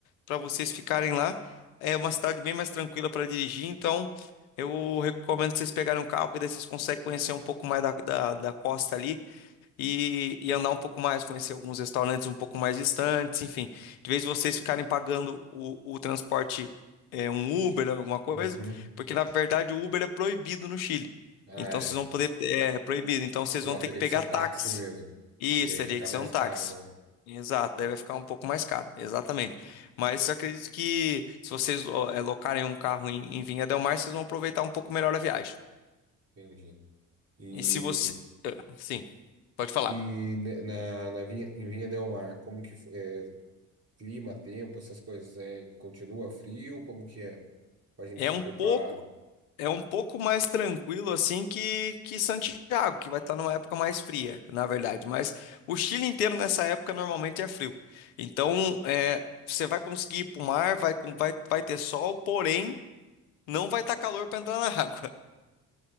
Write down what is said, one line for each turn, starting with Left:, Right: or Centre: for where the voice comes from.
Left: para vocês ficarem lá, é uma cidade bem mais tranquila para dirigir. Então, eu recomendo vocês pegarem um carro, porque daí vocês conseguem conhecer um pouco mais da, da, da costa ali e, e andar um pouco mais, conhecer alguns restaurantes um pouco mais distantes, enfim. De vez vocês ficarem pagando o, o transporte, é, um Uber, alguma coisa,
Right: Uhum.
Left: porque na verdade o Uber é proibido no Chile.
Right: Ah,
Left: Então
Right: é.
Left: vocês vão poder, é proibido, então vocês
Right: Lá
Left: vão ter
Right: teria
Left: que pegar
Right: que ser
Left: táxi.
Right: táxi mesmo.
Left: Isso,
Right: E aí
Left: teria
Right: fica
Left: que
Right: mais
Left: ser um táxi.
Right: caro, né?
Left: Exato, daí vai ficar um pouco mais caro, exatamente. Mas eu acredito que se vocês ó, é, locarem um carro em, em Vinha del Mar, vocês vão aproveitar um pouco melhor a viagem.
Right: Entendi. E,
Left: E se você. ah, Sim, pode falar.
Right: e ne- na, na Vinha, em Vinha Del Mar, como que f- é, clima, tempo, essas coisas, é, continua frio? Como que é? Pra gente
Left: É
Right: se
Left: um
Right: preparar.
Left: pouco. É um pouco mais tranquilo assim que, que Santiago, que vai estar numa época mais fria, na verdade. Mas o Chile inteiro nessa época normalmente é frio. Então, é, você vai conseguir ir para o mar, vai, com- vai, vai ter sol, porém não vai estar calor para entrar na <laughs> água.